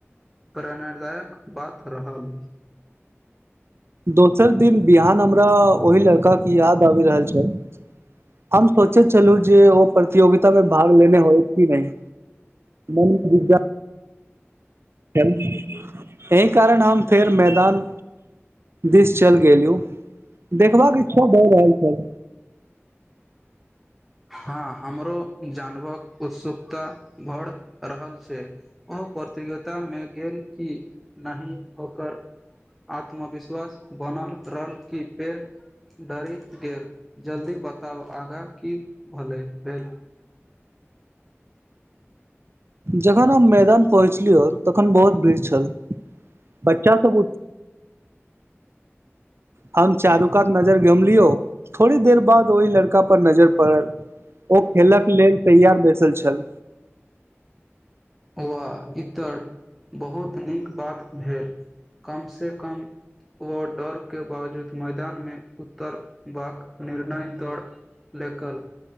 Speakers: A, in the centre; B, on the right (about 60°).
A: प्रेरणादायक बात रहल
B: दोसर दिन बिहान हमरा ओहि लड़काकेँ याद आबि रहल छल हम सोचैत छलि जे ओ प्रतियोगित ता भाग लेने होयत की नहि मनमे जिज्ञ ह <inaudible> एहि कारण हम फेर मैदान दिस चलि गेलहुँ देखबाक इच्छा भए रहल छल
A: हँ हमरो जानवक उत्सुकता भढ़ रहल छै ओ प्रतियोगिता मे गेल क नहि ओकर आत्मविश्वास बनल रहल कि पेड़ डरि गेल जल्दी बताउ आगा क होलय भेल
B: जखन हम मैदान पहुँचलिय तखन बहुत भिड छल बच्चास सबूत हम चारु कात नजर गमलियो थोड़ी देर बाद ओहि लड़का पर नजर पड़ल ओ खेलक लेल तैयार बैसल छल
A: वा इतर बहुत नीक बात भेल कम से कम ओ डर के बावजूद मैदान मे उतरबाक निर्णय र लकल